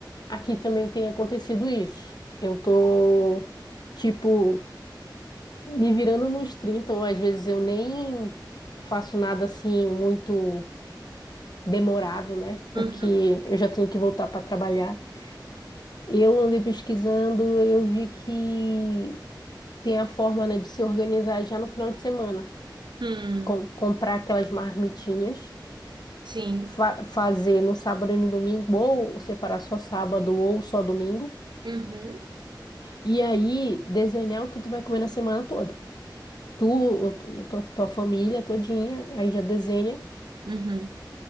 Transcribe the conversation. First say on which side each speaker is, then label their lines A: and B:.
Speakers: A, on the left; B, on the right.
A: aqui também tem acontecido isso. Eu tô, tipo, me virando nos 30, ou às vezes eu nem faço nada assim muito demorado, né? Porque
B: uhum,
A: eu já tenho que voltar para trabalhar. Eu andei pesquisando, eu vi que tem a forma, né, de se organizar já no final de semana.
B: hum,
A: com- comprar aquelas marmitinhas,
B: sim.
A: fa- fazer no sábado e no domingo, ou separar só sábado ou só domingo,
B: Uhum,
A: e aí desenhar o que tu vai comer na semana toda. Tu, o- tu- tua, tua família todinha, aí já desenha,
B: uhum.